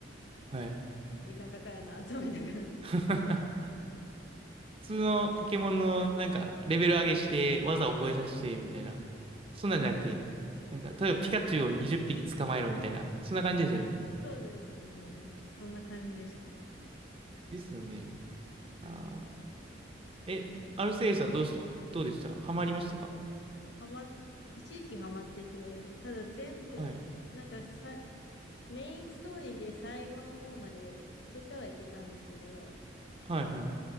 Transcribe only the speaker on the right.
はい。
<laughs> 普通のポケモンのなんかレベル上げして技を覚えさせてみたいな、そんなんじゃなくて、なんか例えばピカチュウを20匹捕まえろみたいな、そんな感じでしたよね。
ですよね。あー、え、アルセウスはどうし、どうでしたハマりましたか
はい。
はいはい。